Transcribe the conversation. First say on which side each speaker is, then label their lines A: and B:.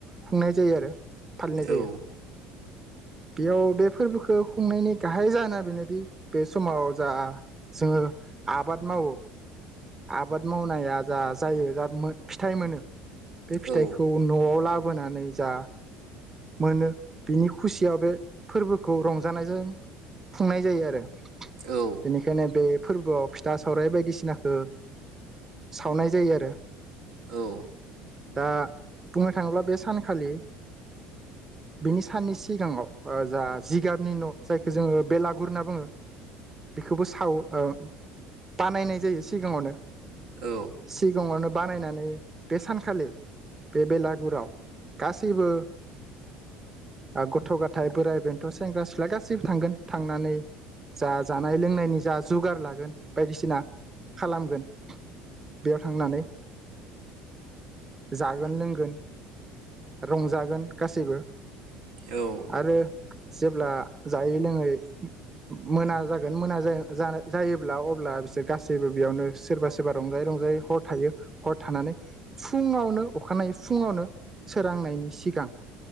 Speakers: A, on the right; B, on the right.
A: खुंनाय जायो आरो। फालिनाय जायो
B: औ।
A: बेयाव बे फोर्बोखौ खुंनायनि गाहाय जाहोना बेनोदि बे समाव जा जोङो आबाद मावो आबाद मावनाया जा जायो जा मो फिथाइ मोनो बे फिथाइखौ
B: औ
A: न'आव ला बोनानै जा मोनो बिनि खुसियाव बे फोर्बोखौ रंजानायजों खुंनाय जायो आरो।
B: औ।
A: बेनिखायनो बे फोर्बोआव फिथा सावराय बायदिसिनाखो सावनाय जायो आरो।
B: औ।
A: दा बुंनो थाङोब्ला बे सानखालि बिनि साननि सिगाङाव ओ जा जिगाबनि न' जायखो जोङो बेलागुर होनना बुङो खोबो सावो ओ बानायनाय जायो सिगाङावनो।
B: औ
A: सिगाङावनो बानायनानै बे सानखालि बे बेलागुराव गासैबो ओ गथ' गथाय, बोराइ बेन्थ', सेंग्रा सिख्ला गासैबो थांगोन थांनानै जा जा नाय लोंनायनि जा जुगार लागोन बायदिसिना खालामगोन बेयाव थांनानै जागोन लोंगोन रंजागोन गासैबो
B: औ
A: आरो जेब्ला जायै लोङै मोना जागोन मोना जा-जा-जायोब्ला अब्ला बिसोर गासैबो बेयावनो सोरबा सोरबा रंजायै रंजायै हर थायो हर थानानै फुङावनो अखानायै फुङावनो सोरांनायनि सिगां